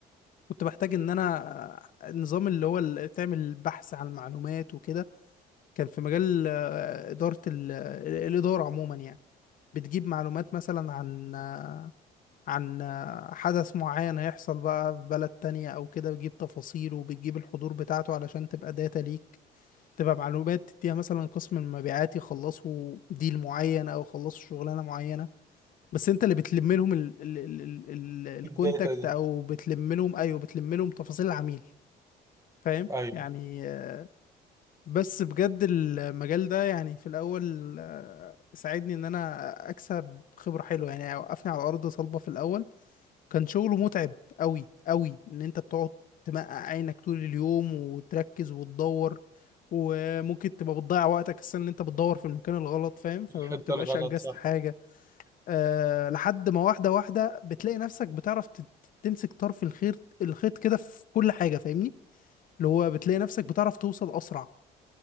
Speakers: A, on the left; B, on the right.
A: كنت بحتاج ان انا النظام اللي هو اللي تعمل بحث عن المعلومات وكده كان في مجال آه، اداره ال- آه، الاداره عموما يعني بتجيب معلومات مثلا عن آه، عن آه، حدث معين هيحصل بقى في بلد تانية او كده بتجيب تفاصيله وبتجيب الحضور بتاعته علشان تبقى داتا ليك تبقى معلومات تديها مثلا قسم المبيعات يخلصوا ديل معين او يخلصوا شغلانه معينه بس انت اللي بتلم لهم ال ال ال ال ال الكونتاكت
B: الداتا دي
A: او بتلم لهم ايوه بتلم لهم تفاصيل العميل فاهم
B: ايوه
A: يعني آه، بس بجد المجال ده يعني في الاول آه، ساعدني ان انا اكسب خبرة حلوة يعني وقفني على ارض صلبة في الاول كان شغله متعب قوي قوي ان انت بتقعد تمقع عينك طول اليوم وتركز وتدور وممكن تبقى بتضيع وقتك السنة ان انت بتدور في المكان الغلط فاهم فما
B: الحتة
A: بتبقاش
B: الغلط
A: انجزت
B: صح
A: حاجة أه لحد ما واحدة واحدة بتلاقي نفسك بتعرف تت- تمسك طرف الخيط الخيط كده في كل حاجة فاهمني اللي هو بتلاقي نفسك بتعرف توصل أسرع